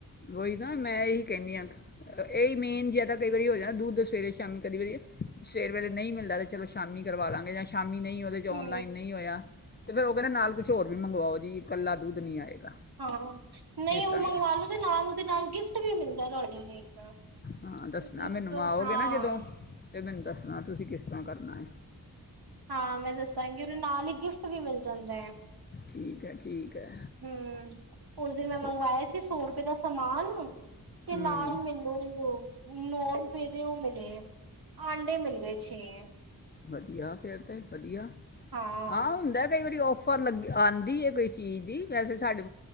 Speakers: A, on the left (about 30°); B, on the right (about 75°).
A: ਵਹੀ ਨਾ ਮੈਂ ਇਹੀ ਕੇਨੀ ਆ। ਇਹੀ ਮੇਨ ਜਿਆਦਾ ਕਈ ਵਾਰੀ ਹੋ ਜਾਣਾ ਦੁੱਧ ਸਵੇਰੇ- ਸ਼ਾਮ ਕਈ ਵਾਰੀ ਸਵੇਰ ਵੇਲੇ ਨਹੀਂ ਮਿਲਦਾ। ਤਾਂ ਚਲੋ ਸ਼ਾਮੀ ਕਰਵਾ ਲਾਂਗੇ। ਜਾਂ ਸ਼ਾਮੀ ਮੰਮੀ ਨਹੀਂ ਉਹਦੇ ਚ ਔਨਲਾਈਨ
B: ਹੂੰ
A: ਨਹੀਂ ਹੋਇਆ। ਅਤੇ ਫੇਰ ਉਹ ਕਹਿੰਦੇ ਨਾਲ ਕੁਛ ਹੋਰ ਵੀ ਮੰਗਵਾਓ ਜੀ, ਕੱਲਾ ਦੁੱਧ ਨਹੀਂ ਆਏਗਾ।
B: ਹਾਂ, ਨਹੀਂ
A: ਇਸ
B: ਉਹ
A: ਤਰ੍ਹਾਂ
B: ਮੰਗਵਾ
A: ਕਰ
B: ਲੋ ਤੇ ਨਾਲ ਉਹਦੇ ਨਾਲ ਗਿਫਟ ਵੀ ਮਿਲਦਾ ਤੁਹਾਡੇ ਇੱਕ
A: ਹਾਂ ਦੱਸਣਾ
B: ਤੁਸੀਂ
A: ਮੈਨੂੰ
B: ਇੱਕ
A: ਆਓਗੇ
B: ਹਾਂ
A: ਨਾ ਜਦੋਂ ਮੈਨੂੰ ਦੱਸਣਾ ਤੁਸੀਂ ਕਿਸ ਤਰ੍ਹਾਂ ਕਰਨਾ ਐ।
B: ਹਾਂ ਮੈਂ ਦੱਸਾਂਗੀ, ਉਹਦੇ ਨਾਲ ਹੀ ਗਿਫਟ ਵੀ ਮਿਲ ਜਾਂਦਾ ਐ।
A: ਠੀਕ ਹੈ ਠੀਕ ਹੈ
B: ਹੂੰ ਉਸ ਦਿਨ ਮੈਂ
A: ਓ
B: ਮੰਗਵਾਇਆ ਸੀ ਸੌ ਰੁਪਏ ਦਾ ਸਮਾਨ ਤੇ
A: ਹੂੰ
B: ਨਾਲ ਮੈਨੂੰ ਵੀ ਨੌ ਰੁਪਏ ਦੇ ਉਹ ਮਿਲੇ ਐ, ਆਂਡੇ ਮਿਲ ਗਏ ਛੇ ਐ।
A: ਵਧੀਆ, ਫਿਰ ਤਾਂ ਵਧੀਆ।
B: ਹਾਂ
A: ਆਹ ਹੁੰਦਾ ਕਈ ਵਾਰੀ ਉਹ ਔਫਰ ਲੱਗ ਆਂਦੀ ਹੈ ਕੋਈ ਚੀਜ਼ ਦੀ ਵੈਸੇ ਸਾਡੇ